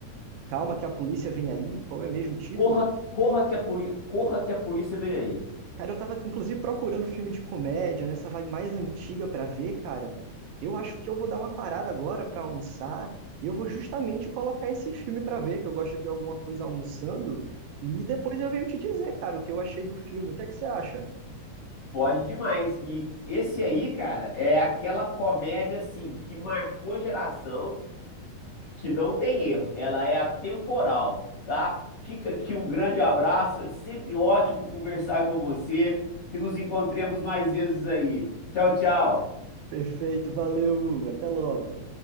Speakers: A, on the right (about 80°); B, on the left (about 65°).
A: Calma que a polícia vem aí? Qual é mesmo o título?
B: Corra, corra que a poli... corra que a polícia vem aí.
A: Cara, eu tava inclusive procurando filme de comédia, nessa vibe mais antiga pra ver, cara. Eu acho que eu vou dar uma parada agora pra almoçar e eu vou justamente colocar esse filme pra ver, que eu gosto de ver alguma coisa almoçando, e depois eu venho te dizer, cara, o que eu achei do filme. O que é que você acha?
B: Pode demais. E esse aí, cara, é aquela comédia assim que marcou geração. que não tem erro, ela é atemporal, tá? Fica aqui um grande abraço, é sempre ótimo conversar com você, que nos encontremos mais vezes aí. Tchau, tchau.
A: Perfeito, valeu, Hugo. Até logo.